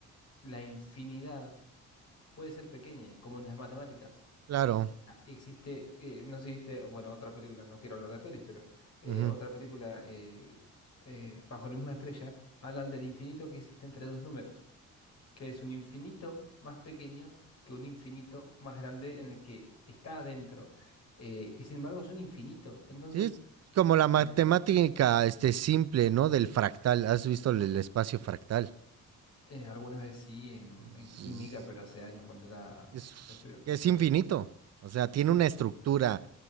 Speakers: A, on the left (about 55°); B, on the right (about 55°).
A: la infinidad puede ser pequeña, como en las matemáticas.
B: Claro.
A: Ah, Existe, eh, no sé si viste, bueno, otra película, no quiero hablar de pelis, pero eh,
B: Ujú.
A: otra película, eh, eh, Bajo la misma estrella, hablan del infinito que existe entre dos números que es un infinito más pequeño que un infinito más grande en el que está adentro. Eh, y sin embargo es un infinito. Entonces,
B: Sí, es como la matemática,
A: la-
B: este, simple, ¿no? Del fractal. ¿Has visto el, el espacio fractal?
A: eh, alguna vez sí en,
B: Es,
A: en química, pero hace años cuando era
B: es-
A: estudiante.
B: es infinito. O sea, tiene
A: Sí.
B: una estructura